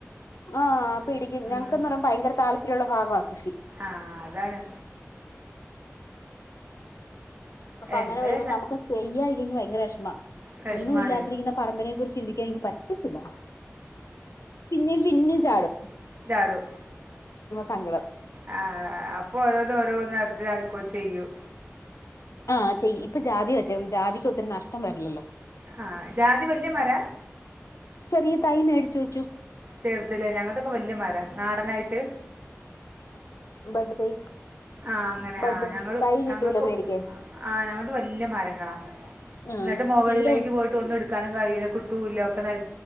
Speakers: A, on the left; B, on the right.
A: ആഹ് പിടിക്കും ഞങ്ങക്കെന്ന്
B: ഉം.
A: പറയുമ്പോ ഭയങ്കര താൽ പര്യ ഒള്ള ഭാഗാ കൃഷ്
B: ആ അതാണ്
A: അപ്പൊ
B: എന്താ
A: അങ്ങനെ വരുമ്പോ നമുക്ക് ചെയ്യാൻ ഇല്ലങ്കിൽ ഭയങ്കര ചുമ്മാ
B: വിഷമാണ്
A: ഒന്നുമില്ലാതിരിക്കുന്ന പറമ്പിനെ കുറിച്ച് ചിന്തി എനിക്ക് പറ്റ റ്റത്തില്ല പിന്നേം പിന്നേം റ്റാണും
B: ചാടും
A: സങ്കടം
B: അം അപ്പോ ഓരോന്ന് ഓരോന്നെടുത്ത് ചെയ്യും
A: ആ ഇപ്പൊ ജാതി വെച്ചേക്കുന്നു ജാതിക്ക് ഒത്തിരി നഷ്ടം വരില്ലല്ലോ
B: ആ ജാതി വലിയ മര
A: ചെറിയ തൈമേടി ചോയ്ചു
B: ചെറുത് ലെ ഞങ്ങളതൊക്കെ വലിയമര നാടനായിട്ട്
A: <unintelligible>
B: ആ അങ്ങനെ
A: ബെഡ്
B: ആ ഞങ്ങൾ
A: തൈ കിട്ടൂലെ
B: ഞങ്ങൾക്ക്
A: മേടിക്കാൻ
B: ആ ഞങ്ങളത് വലിയ മരങ്ങള
A: ആഹ്
B: നട്ട് മുകളിലേക്ക്
A: അപ്പൊ ഇവിടെ ഒ
B: പോയിട്ട് ഒന്ന് ഇട്ക്കാനും കയ്യുലകിട്ടുല്ല നെല